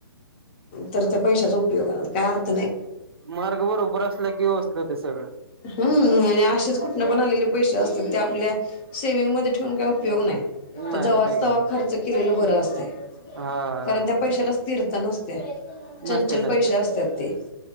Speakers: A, on the left; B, on the right.
A: परत पैशाचा उप <unintelligible> काय अर्थ नाय.
B: मार्ग बरोबर असला की व्यवसस्थित होतय सगळं.
A: हम् आणि असेच कुठन पण आलेले पैसे असतील ते आपल्या सेवि्हंगमध्ये ठेवून काय उप उपयोग नाय
B: नाही
A: जवच
B: नाही हाय की
A: तवा खर्च केलेलं बर असतय
B: हा
A: कारण त्या पैशाला स्थिरता नस चंचल
B: नसते नसते
A: पैसे असतात ते